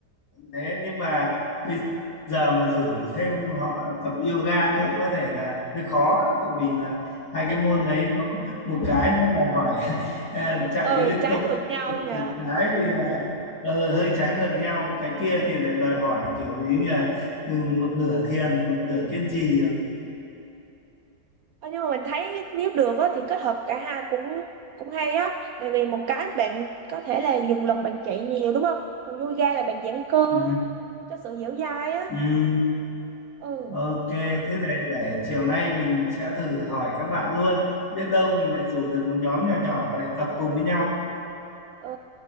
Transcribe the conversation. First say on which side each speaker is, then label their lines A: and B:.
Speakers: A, on the left; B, on the right.
A: thế nhưng mà bây giờ mà rủ thêm họ tập yoga nữa có thể là hơi khó tại vì là hai cái môn đấy nó một cái nó đòi hỏi <laughs> à, chạy
B: ừ
A: liên
B: trái
A: tục
B: ngược nhau
A: một
B: nhỉ
A: cái thì lại ờ, hơi trái ngược nhau cái kia thì lại đòi hỏi kiểu như là ừ, một nửa thiền một nửa kiên trì
B: Ờ, nhưng mà mình thấy nếu được á, thì kết hợp cả hai cũng cũng hay á tại vì một cái bạn có thể là dùng lực bạn chạy nhiều đúng không còn yoga là bạn giãn cơ
A: ừ,
B: cho sự dẻo dai á
A: ừ,
B: ừ
A: ok thế để để chiều nay mình sẽ thử hỏi các bạn luôn biết đâu mình lại rủ được một nhóm nhỏ nhỏ để tập cùng với nhau
B: ừ